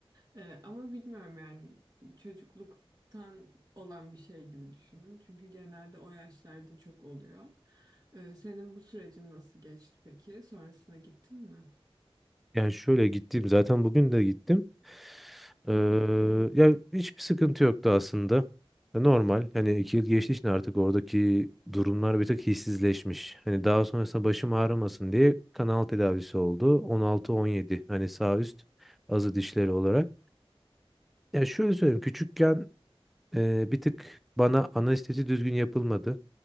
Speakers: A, on the right (about 40°); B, in the centre.
A: E, ama bilmiyorum yani çocukluktan olan bir şey gibi düşünün çünkü genelde o yaşlarda çok oluyor. E, senin bu sürecin nasıl geçti peki? Sonrasına gittin mi?
B: Yani şöyle gittim zaten bugün de gittim. Ee,
A: Hı hı,
B: ya hiçbir sıkıntı yoktu aslında. Normal. Hani iki yıl geçtiği için artık oradaki durumlar bir tık hissizleşmiş. Hani daha sonrasında başım ağrımasın diye kanal tedavisi oldu. 16-17 hani sağ üst azı dişleri olarak. Ya şöyle söyleyeyim küçükken e, bir tık bana anestezi düzgün yapılmadı.